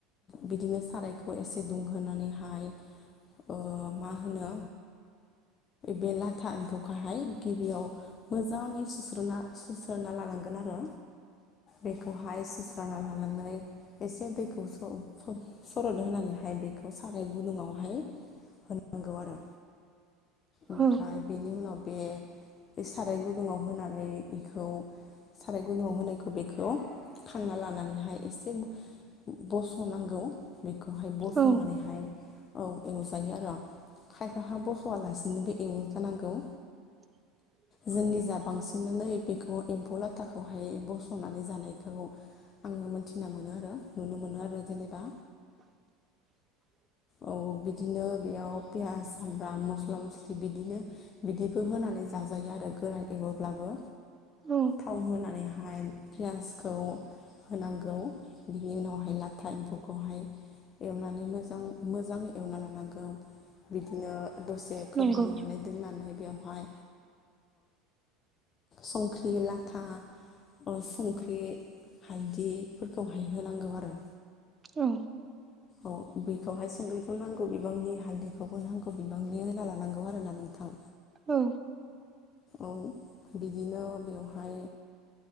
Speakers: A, on the left (about 35°); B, on the right (about 25°).
A: बिदिनो सारायखौ एसे दुंहोनानैहाय ओ मा होनो बे लाथा एम्फौखोहाय गिबियाव मोजाङै सुस्रना सुस्रोना लानांगोन आरो बेखौहाय सुस्रा लानानै एसे दैखौ स--स--सरदहोनानैहाय ओमफ्राय बेखौ साराय गुदुंआवहाय होनांगौ आरो ओमफ्राय
B: औ
A: बेनि उनाव बे बे साराय गुदुङाव होनानै बेखौ साराय गुदुङाव होनायखौ बेखौ खांना लानानैहाय एसे बस'नांगौ बेखौहाय बस'नानैहाय
B: औ
A: औ एवजायो आरो खायफाहा बस'आलासिनोबो एवो जानांगौ
B: <inaudible>
A: जोंनिजा बांसिनानो बेखौ एम्फौ लाथाखौहाय बस'नानै जानायखौ आङो मोनथिना मोनो आरो नुनो मोनो आरो जेनेबा
B: <inaudible>
A: औ बिदिनो बेयाव पियास सामब्राम मस्ला मस्लि बिदिनो बिदिबो होनानै जाजायो आरो गोरान एव्लाबो
B: औ
A: थाव होनानै ओमफ्राय पियासखौ होनांगौ बिनि उनावहाय लाथा एम्फौखौहाय एवनानै मोजां मोजाङै एवना लानांगौ बिदिनो दसे खोबहाबनानै
B: नंगौ
A: दोननानै बेयाव बेहाय संख्रि लाथा संख्रि हालदैफोरखौ हायहोनांगौ आरो
B: औ
A: औ बेखौहाय संख्रिखौ नांगौ बिबांनि हालदैखौबो नांगौ बिबांनि होना लानांगौ आरोना नोंथां
B: औ
A: औ बिदिनो बेवहाय